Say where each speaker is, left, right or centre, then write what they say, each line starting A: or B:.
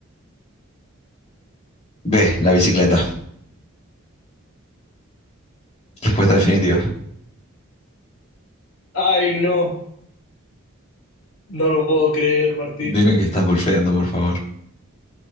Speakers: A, on the left; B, on the left.
A: B, la bicicleta. Respuesta definitiva.
B: Ay, no. No lo puedo creer, Martín.
A: Dime que estás bolfeando, por favor.